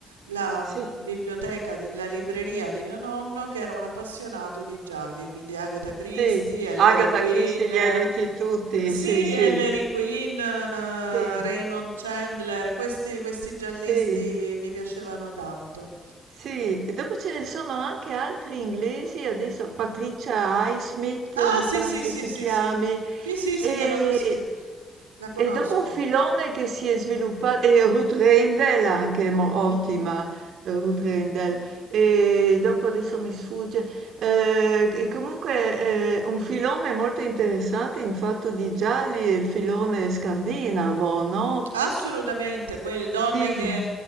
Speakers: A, on the right (about 85°); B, on the right (about 60°).
A: la
B: sì,
A: mm, biblioteca, di, la libreria di mio nonno che era un appassionato di gialli, quindi Agatha Christie,
B: sì.
A: Ellery
B: Agatha
A: Queen,
B: Christie li
A: eh,
B: hai letti tutti,
A: sì,
B: sì, sì,
A: Ellery Queen, eh,
B: sì,
A: Raymond Chandler, questi, questi giallisti
B: sì,
A: mi piacevano tanto.
B: Sì, e dopo ce ne sono anche altri inglesi, adesso Patricia Highsmith
A: Ah,
B: mi
A: sì,
B: pare
A: sì,
B: che
A: sì,
B: si
A: sì,
B: chiami,
A: sì, sì, sì,
B: e,
A: si chiama così, la conosco.
B: e dopo un filone che si è sviluppato, e Ruth Rendell anche, mo-
A: Mhm.
B: ottima eh, Ruth Rendell,
A: Mhm.
B: e dopo adesso mi sfugge, eh, e comunque eh, un filone molto interessante in fatto di gialli è il filone scandinavo, no?
A: Assolutamente, quelle donne
B: Sì,
A: che,